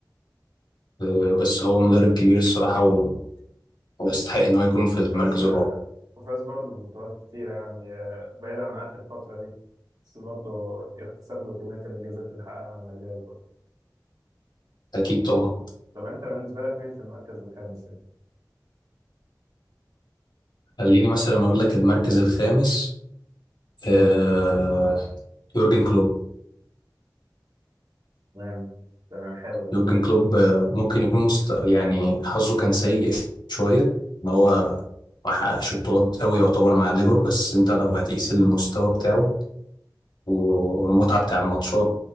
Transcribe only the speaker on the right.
وفاز
وفاز برضه ببطولات كتيرة يعني آه، بعيدا عن آخر فترة دي بس برضه يحتسب له كمية الإنجازات اللي حققها مع الريال برضه
طب أنت بالنسبة لك مين في المركز الخامس يعني؟
تمام تمام حلو برضه